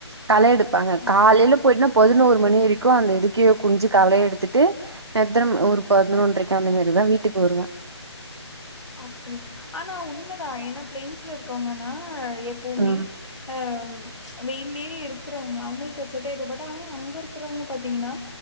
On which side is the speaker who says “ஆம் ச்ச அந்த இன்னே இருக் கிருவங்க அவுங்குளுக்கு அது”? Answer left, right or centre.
Left